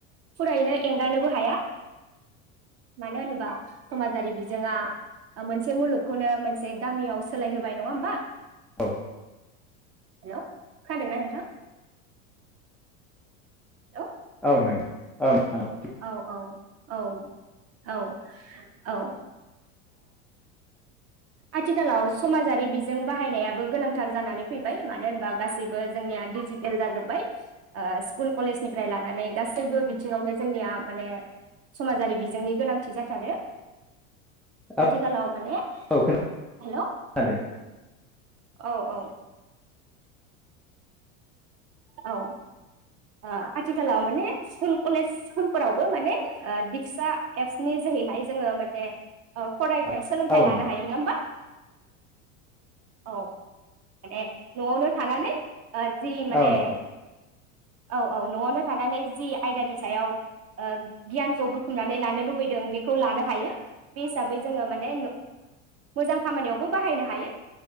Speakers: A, on the right; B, in the centre.
A: फुरायैनो एंगारनोबो हाया मानो होनोबा समाजारि बिजोङा ओ मोनसे मुलुगखौनो मोनसे गामियाव सोलाय होबाय। नंआ ओमबा
B: औ
A: हेलौ खोनादोंना नोंथां <unintelligible>
B: औ नों औ नों
A: औ औ औ औ औ ओ आथिखालाव समाजारि बिजों बाहायनायाबो गोनांथार जानानै फैबाय मानो होनबा गासैबो जोंनिया दिडिजिटेल जाजोब्बाय ओ स्कुल कलेजनिफ्राय लानानै गासैबो बिथिङावनो जोंनिया माने समाजारि बिजोंनि गोनांथि जाथारो
B: औ
A: आथिखालाव। माने
B: औ
A: हेलौ
B: खोनादों
A: औ औ औ आथिखालाव माने स्कुल कलेज स्कुलफोरावबो माने दिक्सा एप्सनि जोहैहाय जोंङो माने फराय
B: औ
A: सोलोंथाय
B: औ
A: लानो
B: नंगौ
A: हायो नङा होमबा। औ ए नआवनो थानानै जि माने
B: औ नंगौ
A: औ औ नआवनो थानानै जि आयदानि सायाव गियानखौ बुथुमनानै लानो लुबैदों बेखौ लानो हायो बे हिसाबै जोंङो माने मोजां खामानियावबो बाहायनो हायो